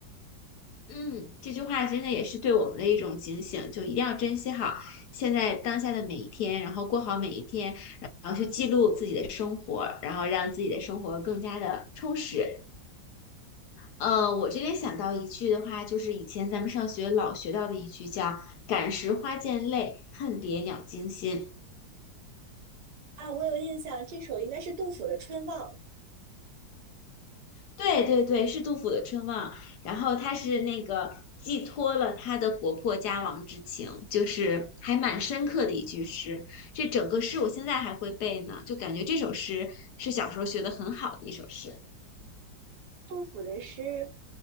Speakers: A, on the left; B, on the right.
A: 嗯，这句话真的也是对我们的一种警醒，就一定要珍惜好现在当下的每一天，然后过好每一天，然后去记录自己的生活，然后让自己的生活更加的充实。呃，我这边想到一句的话，就是以前咱们上学老学到的一句叫“感时花溅泪，恨别鸟惊心”。
B: 啊，我有印象，这首应该是杜甫的《春望》。
A: 对对对，是杜甫的《春望》，然后他是那个寄托了他的国破家亡之情，就是还蛮深刻的一句诗。这整个诗我现在还会背呢，就感觉这首诗是小时候学的很好的一首诗。
B: 杜甫的诗